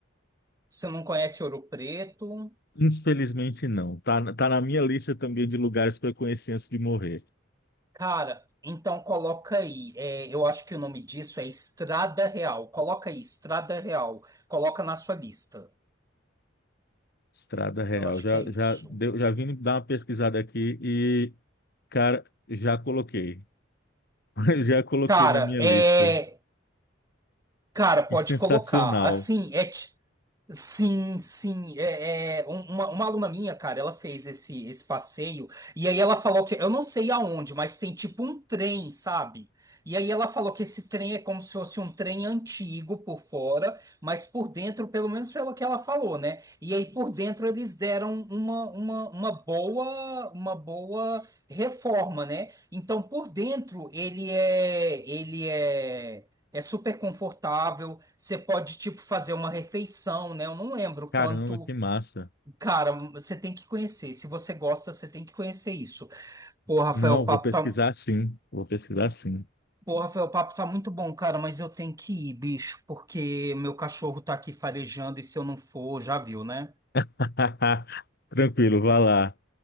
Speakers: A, on the right; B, on the left.
A: Você não conhece Ouro Preto?
B: Infelizmente não. Tá, na- tá na minha lista também de lugares que eu conheci antes de morrer.
A: Cara, então coloca aí. eh, eu acho que o nome disso é Estrada Real. Coloca aí, Estrada Real. Coloca na sua lista.
B: Estrada Real.
A: Eu acho
B: Já
A: que é isso.
B: já deu- já vim dar uma pesquisada aqui e cara, já coloquei. <laughs> Já coloquei
A: Cara,
B: na minha
A: é.
B: lista.
A: Cara, pode
B: Que sensacional.
A: colocar. Assim, é. Sim, sim. É, é, um- uma, uma aluna minha, cara, ela fez esse, esse passeio e aí ela falou que eu não sei aonde, mas tem tipo um trem, sabe? E aí ela falou que esse trem é como se fosse um trem antigo por fora, mas por dentro, pelo menos pelo que ela falou, né? E aí por dentro eles deram uma, uma, uma boa uma boa reforma, né? Então por dentro ele é ele é é super confortável, você pode, tipo, fazer uma refeição, né? Eu não lembro
B: Caramba,
A: quanto.
B: que massa.
A: Cara, você tem que conhecer. Se você gosta, você tem que conhecer isso. Pô, Rafael,
B: Não,
A: o papo
B: vou pesquisar
A: tá.
B: sim. Vou pesquisar sim.
A: Pô, Rafael, o papo tá muito bom, cara, mas eu tenho que ir, bicho, porque meu cachorro tá aqui farejando e se eu não for, já viu, né?
B: <laughs> Tranquilo, vá lá.